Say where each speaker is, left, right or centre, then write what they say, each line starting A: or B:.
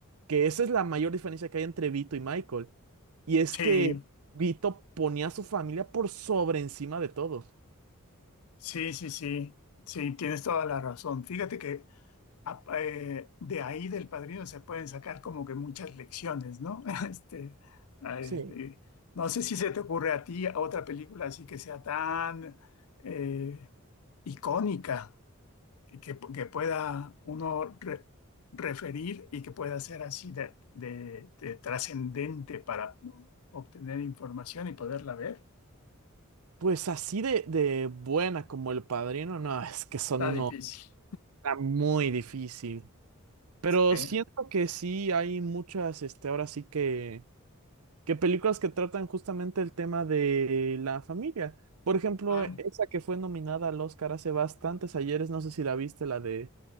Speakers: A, on the right; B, on the left.
A: que esa es la mayor diferencia que hay entre Vito y Michael. Y es
B: Sí,
A: que Vito ponía a su familia por sobre encima de todo.
B: sí, sí, sí. Sí, tienes toda la razón. Fíjate que a- eh, de ahí del Padrino se pueden sacar como que muchas lecciones, ¿no? <laughs> Este, ay,
A: Sí.
B: eh, no sé si se te ocurre a ti otra película así que sea tan eh, icónica y que, que pueda uno re- referir y que pueda ser así de, de- de trascendente para obtener información y poderla ver.
A: Pues así de, de buena como el padrino, no, es que son
B: Está
A: uno
B: difícil.
A: está muy difícil. Pero
B: Sí.
A: siento que sí hay muchas, este, ahora sí que que películas que tratan justamente el tema de la familia. Por ejemplo,
B: Ah.
A: e, esa que fue nominada al Oscar hace bastantes ayeres, no sé si la viste, la de